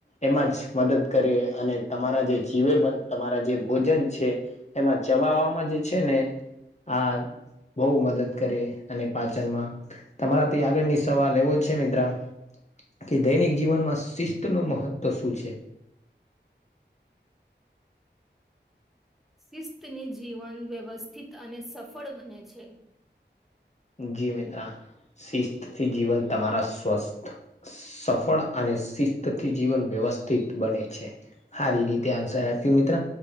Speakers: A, on the left; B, in the centre.
A: એમાં જ મદદ કરે અને તમારા જે જીવે બલ તમારા જે ભોજન છે એમાં ચબવામાં જે છે ને આ બહુ મદદ કરે અને પાચનમાં તમારાથી આગળની સવાલ લ એવો છે મિત્ર? કે દૈનિક જીવનમાં શિસ્ત નું મહત્વ શું છે?
B: શિસ્તની જીવન વ્યવસ્થિત અને સફળ બને છે
A: જી મિત્રા શિસ્તથી જીવન તમારા સ્વસ્થ સફળ અને શિસ્તથી જીવન વ્યવસ્થિત બને છે સારી રીતે આન્સર આપ્યું મિત્ર